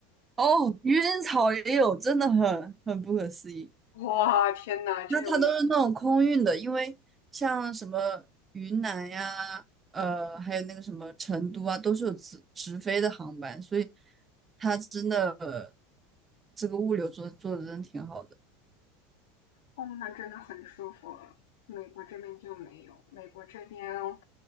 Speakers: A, on the right; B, on the left.
A: 哦，愚人草也有，真的很很不可思议。
B: 哇，天呐，这种
A: 它它都是那种空运的，因为像什么云南呀，呃，还有那个什么成都啊，都是有直直飞的航班，所以它真的，呃这个物流做做的真的挺好的。
B: 哦，那真的很舒服。美国这边就没有，美国这边